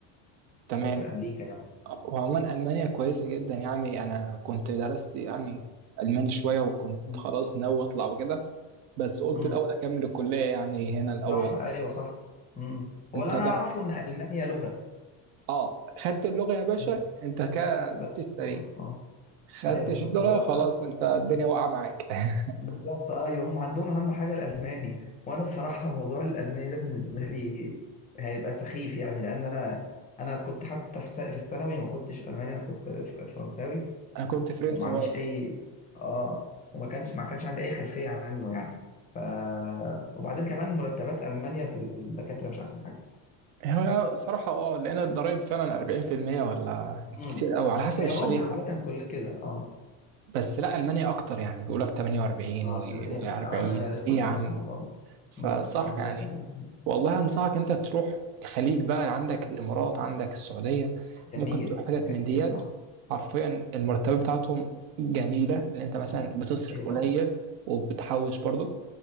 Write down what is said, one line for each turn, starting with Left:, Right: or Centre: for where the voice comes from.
Right: تمام
Left: تسافر امريكا يعني
Right: وعموما المانيا كويسه جدا يعني انا كنت درست يعني الماني شويه وكنت
Left: مم.
Right: خلاص ناوي اطلع وكده بس قلت
Left: مم.
Right: الاول اكمل الكليه يعني هنا الاول
Left: صح ايوه صح مم. هو
Right: انت
Left: اللي انا
Right: طب
Left: اعرفه ان المانيا لغه
Right: اه خدت اللغة يا باشا
Left: مم.
Right: انت كده
Left: بس
Right: في السريع
Left: خلاص اه
Right: خدتش
Left: ايوه بالظبط
Right: اللغة
Left: هو انا
Right: خلاص انت الدنيا
Left: مم.
Right: واقعة معاك <laughs>
Left: بالظبط ايوه هم عندهم اهم حاجه الالماني وانا الصراحه موضوع الالماني ده بالنسبه لي هيبقى سخيف يعني لان انا انا كنت حتى في الس- في الثانوي ما كنتش الماني انا كنت ف- فرنساوي
Right: انا كنت فرنسي
Left: وما عنديش
Right: برضه
Left: اي اه وما كانش ما كانش عندي اي خلفيه عنه يعني ف... وبعدين كمان مرتبات المانيا في الدكاتره مش احسن حاجه
Right: هو صراحة اه لأن الضرايب فعلا 40% ولا
Left: امم
Right: كتير أوي على حسب
Left: هي
Right: الشريحة
Left: اوروبا عامه كلها كده اه
Right: بس لا ألمانيا أكتر يعني بيقولك 48
Left: اه المانيا
Right: و40
Left: اه
Right: إيه
Left: المانيا رخمه
Right: يا عم
Left: جدا في الموضوع ده
Right: فصح
Left: امم المانيا
Right: يعني
Left: رخمه جدا
Right: والله انصحك انت تروح الخليج بقى عندك الامارات عندك السعوديه
Left: جميل
Right: ممكن تروح حتت
Left: جميل
Right: من ديت
Left: اه
Right: حرفيا المرتبات بتاعتهم جميله اللي انت مثلا بتصرف
Left: ايوه طبعا
Right: قليل وبتحوش برضك